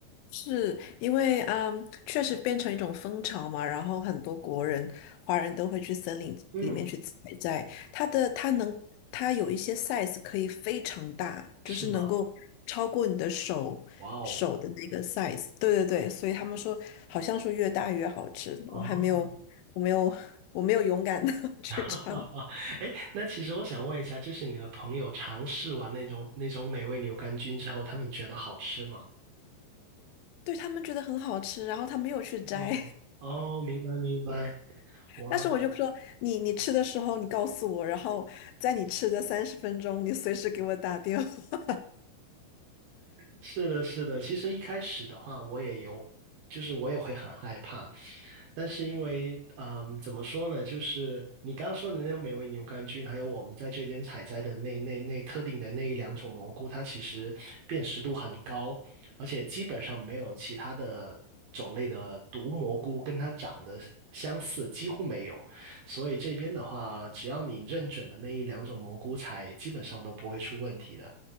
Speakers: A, on the left; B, on the right.
A: 是因为嗯，确实变成一种风潮嘛，然后很多国人、华人都会去森林里面去采摘。
B: 嗯，
A: 它的它能，它有一些 size 可以非常大，
B: 是吗？
A: 就是能够超过你的手手的那个
B: 哇哦，
A: size。对对对，所以他们说，好像说越大越好吃。
B: 哦，
A: 我还没有，我没有，我没有勇敢的 <laughs> 去尝。
B: <laughs> 哎，那其实我想问一下，就是你的朋友尝试完那种那种美味牛肝菌之后，他们觉得好吃吗？
A: 对，他们觉得很好吃，然后他没有去摘。
B: 嗯，哦，明白明白，哇，
A: 但是我就说你，你吃的时候你告诉我，然后在你吃的三十分钟，你随时给我打电话。<laughs>
B: 是的，是的。其实一开始的话，我也有，就是我也会很害怕，但是因为，嗯，怎么说呢？就是你刚说的那种美味牛肝菌，还有我们在这边采摘的那那那特定的那一两种蘑菇，它其实辨识度很高，而且基本上没有其他的种类的毒蘑菇跟它长得相似，几乎没有。所以这边的话，只要你认准了那一两种蘑菇采，基本上都不会出问题的。